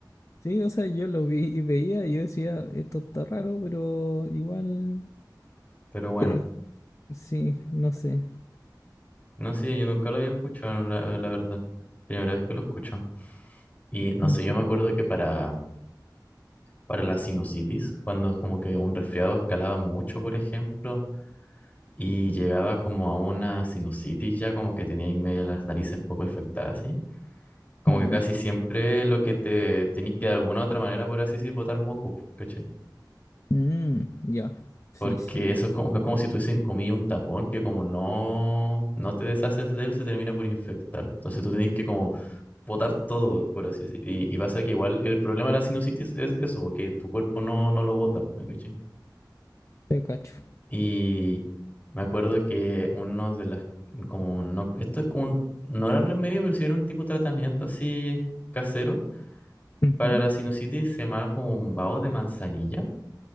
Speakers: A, on the left; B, on the left.
A: Sí, o sea, yo lo vi y veía y yo decía, esto está raro, pero igual,
B: Pero bueno,
A: eh, sí, no sé.
B: no sé, yo nunca lo había escuchado, la, la verdad. Primera vez que lo escucho. Y no
A: <laughs> Ujú.
B: sé, yo me acuerdo que para, para la sinusitis, cuando como que un resfriado escalaba mucho, por ejemplo, y llegaba como a una sinusitis ya, como que tenía ahí medio las narices poco infectadas, ¿sí? Como
A: ¿Ya?
B: que casi siempre lo que te tenés que de alguna u otra manera, por así decir, botar moco, ¿cachai?
A: Mm, ya, Sí,
B: Porque
A: sí, es
B: eso
A: verdad.
B: es como, es como si tuviese en comillas un tapón que como no, no te deshaces de él, se termina por infectar. Entonces tú tenés que como botar todo, por así decir. Y, y pasa que igual el problema de la sinusitis es eso, porque tu cuerpo no, no lo bota, ¿me cachai?
A: Te cacho.
B: Y me acuerdo que uno de las, como, no, esto es como un, no era remedio, pero sí era un tipo de tratamiento así casero.
A: Ujú.
B: Para la sinusitis se llamaba como un vaho de manzanilla.